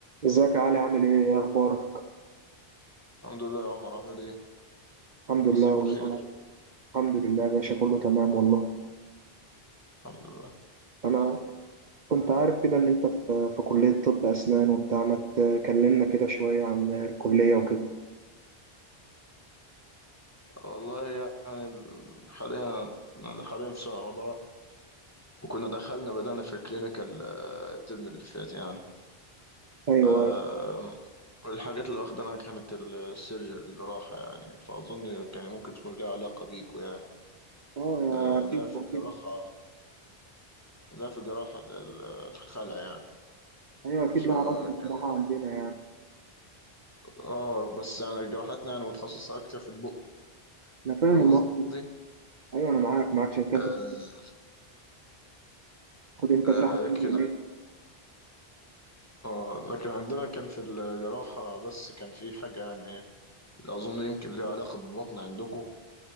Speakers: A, on the right (about 50°); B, on the left (about 15°).
A: ازيك يا علي عامل ايه ايه اخبارك
B: الحمد لله يا عمر عامل ايه؟
A: الحمد لله
B: مساك بخير
A: والله أنا- الحمد لله يا باشا كله تمام والله
B: الحمد لله
A: انا كنت عارف كده ان انت في في كلية طب اسنان وبتاع ما تكلمنا كده شوية عن الكلية وكده
B: والله يعني ال- حاليا أنا حاليا في سنة رابعة وكنا دخلنا بدأنا في الكلينيكال آه، الترم اللي فات يعني
A: ايوه
B: آم،
A: ايوه
B: والحاجات اللي واخدناها كانت ال- السيرجري الجراحة يعني فأظن كان ممكن تكون لها علاقة بيكو يعني
A: اه
B: آه،
A: اكيد
B: ده في
A: اكيد
B: الجراحة ده في الجراحة ال- ال- الخلع يعني
A: ايوه اكيد
B: فكان
A: لها علاقة بالجراحة عندنا يعني
B: اه بس يعني جراحتنا يعني متخصصة أكتر في البق
A: انا فاهم
B: فاهم قصدي؟
A: أصلاً. ايوه انا معاك معاك عشان كده
B: آه،
A: انت بتاخد انت
B: آه،
A: جراحة في
B: لكن
A: اليومين.
B: اه لكن عندنا كان في الجراحة بس كان في حاجة يعني أظن يمكن ليها علاقة بالبطن عندكم